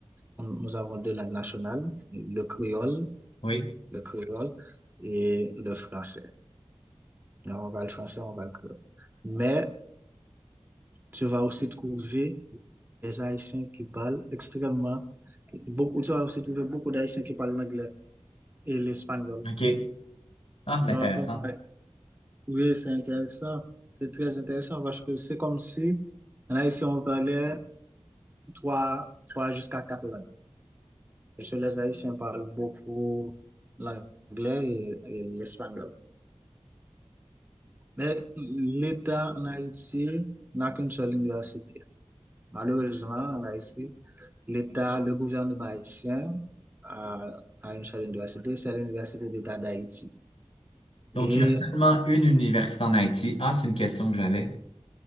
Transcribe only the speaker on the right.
On- Nous avons deux langues nationales, le créole,
le créole et le français. Donc, on parle français, on parle créole. Mais tu vas aussi trouver les Haïtiens qui parlent extrêmement, beaucoup, tu vas aussi trouver beaucoup d'Haïtiens qui parlent l'anglais et l'espagnol.
Donc,
on va- oui, c'est intéressant, c'est très intéressant parce que c'est comme si en Haïti, on parlait trois, trois jusqu'à quatre langues. Parce que les Haïtiens parlent beaucoup l'anglais et, et l'espagnol. Mais l'État en Haïti n'a qu'une seule université. Malheureusement, en Haïti, L'État, le gouvernement haïtien a, a une seule université, c'est l'Université d'État d'Haïti.
Et